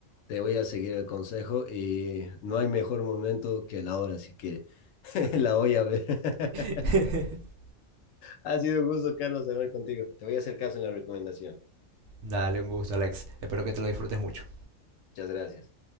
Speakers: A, on the left; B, on the right.
A: Te voy a seguir el consejo y no hay mejor momento que la hora, así que <laughs> la voy a ver. <laughs>
B: <laughs>
A: Ha sido un gusto, Carlos, hablar contigo. Te voy a hacer caso en la recomendación.
B: Dale, un gusto, Alex. Espero que te lo disfrutes mucho.
A: Muchas gracias.